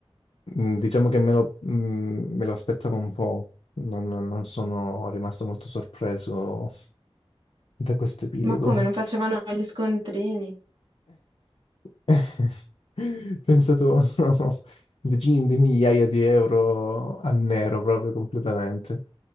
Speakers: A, on the left; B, on the right.
A: Mm, Diciamo che me lo, mm, me lo aspettavo un po', non, non- non sono rimasto molto sorpreso da questo epilogo.
B: Ma come, non facevano gli scontrini?
A: <laughs> Pensato <laughs> decine di migliaia di euro a nero proprio completamente.